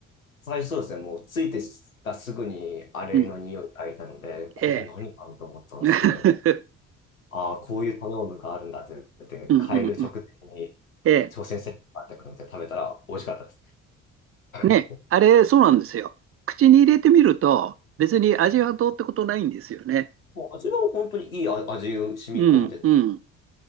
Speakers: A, on the left; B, on the right.
A: 最初そうですね、もうついてたすぐにあれの匂いがいたので、
B: うん。
A: これ何かなと思ったんですけども、
B: ええ。<laughs>
A: ああ、こういう食べ物があるんだって言って、
B: うんうんうん。
A: 変える直前に
B: ええ。
A: 挑戦してみようかって感じで食べたら美味しかったです。<laughs>
B: ね。あれ、そうなんですよ。口に入れてみると、別に味はどうってことないんですよね。
A: もう味は本当にいい味が染み込んでて、
B: うんうん。